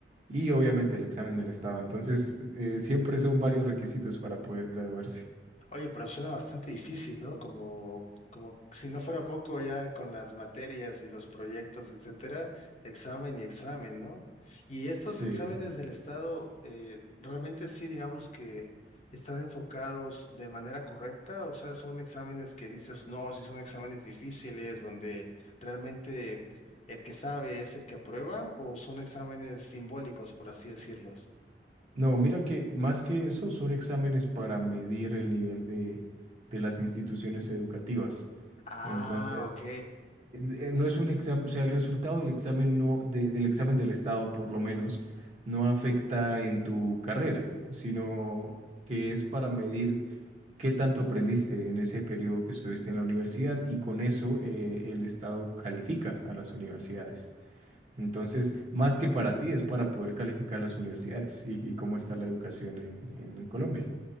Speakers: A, on the right; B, on the left.
A: y obviamente el examen del estado. Entonces, eh, siempre son varios requisitos para poder graduarse.
B: Oye, pero suena bastante difícil, ¿no? Como, como si no fuera poco ya con las materias y los proyectos, etcétera, examen y examen, ¿no? Y estos
A: Sí.
B: exámenes del Estado, eh, realmente sí, digamos que están enfocados de manera correcta, o sea, son exámenes que dices, no, sí son exámenes difíciles, donde realmente el que sabe es el que aprueba, o son exámenes simbólicos, por así decirlos.
A: No, mira que más que eso son exámenes para medir el nivel de, de las instituciones educativas.
B: Ah,
A: Entonces,
B: ok.
A: el- eh, no es un examen, o sea, el resultado del examen no, de- del examen del Estado, por lo menos, no afecta en tu carrera, sino que es para medir qué tanto aprendiste en ese periodo que estuviste en la universidad y con eso eh, el Estado califica a las universidades. Entonces, más que para ti, es para poder calificar las universidades y, y cómo está la educación en, en Colombia.